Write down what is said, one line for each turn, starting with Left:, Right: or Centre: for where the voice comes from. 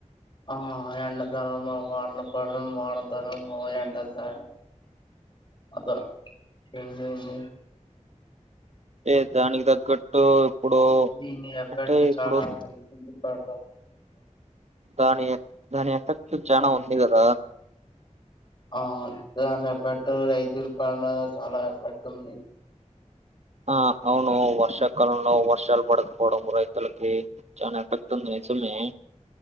Left: ఆ ఎన్న తరం పో అన్న పడం వాన తరం పో ఎండ త అదా ఎన్న
Right: ఏ దానికి తగ్గట్టు ఇప్పుడు
Left: దీని అప్పట్లో
Right: అంటే ఇప్పుడు
Left: చాలా అలా అవుతుంది బంటవు
Right: దాని దాని ఎఫెక్ట్ చనా ఉంది కదా
Left: ఆ దాన్నిపాట్ రైతుల పాలన చాలా ఏపట్ంది
Right: ఆ అవును వర్షాకాలంలో వర్షాలు పడకపోవడం రైతులకి చనా పతున్నా సున్నా